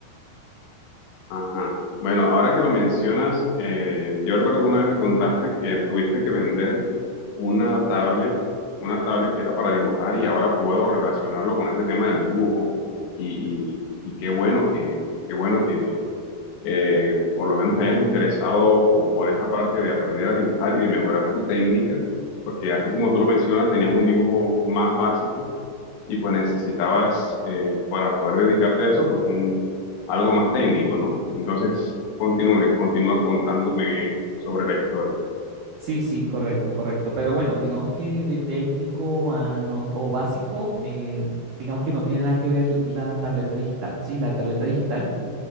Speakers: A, on the left; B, on the right.
A: Ajá. Bueno, ahora que lo mencionas, eh, yo recuerdo que una vez me contaste que tuviste que vender una tablet, una tablet que era para dibujar y ahora puedo relacionarlo con este tema del dibujo. Y, y- y qué bueno que, qué bueno que eh, por lo menos te hayas interesado po- por esta parte de aprender a dibujar y de mejorar tu técnica, porque así como tú lo mencionas, tenías un dibujo más básico y pues necesitabas eh, para poder dedicarte a eso, pues un, algo más técnico, ¿no? Entonces, continúe, continúa contándome sobre la historia.
B: Sí, sí, correcto, correcto. Pero bueno, digamos que de técnico a no, o básico, eh, digamos que no tiene nada que ver la tableta digital. Sí, la tableta digital